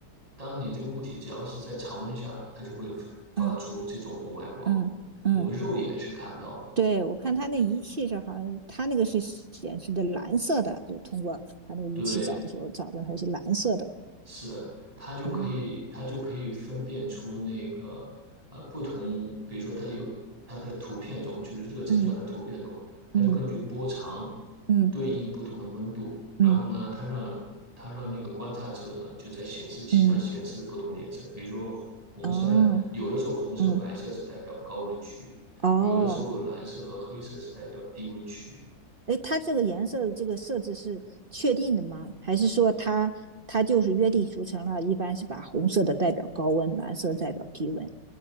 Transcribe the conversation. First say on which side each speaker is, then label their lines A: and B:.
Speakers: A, on the right (about 20°); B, on the right (about 35°).
A: 当你这个物体只要是在常温下，它就会发出这种红外光，
B: 嗯嗯嗯，
A: 我们肉眼是看不到的。
B: 对，我看他那仪器是好像，他那个是显示的蓝色的，就通过他那个仪器找的时候找的它是蓝色的。
A: 对，是的，它就可以，
B: 哦，
A: 它就可以分辨出那个呃不同，比如说它有它的图片中，就是热成像的图片中，
B: 嗯
A: 它就根据波长
B: 嗯嗯
A: 对应不同的温度，然后呢，
B: 嗯
A: 它让它让那个观察者呢就在显示器上显示不同的颜色，
B: 嗯
A: 比如说红色呀，
B: 嗯，哦，
A: 有的时候红色、
B: 嗯
A: 白色是代表高温区，
B: 哦。
A: 有的时候蓝色和黑色是代表低温区，
B: 哎，它这个颜色的这个设置是确定的吗？还是说它它就是约定俗成了？一般是把红色的代表高温，蓝色代表低温。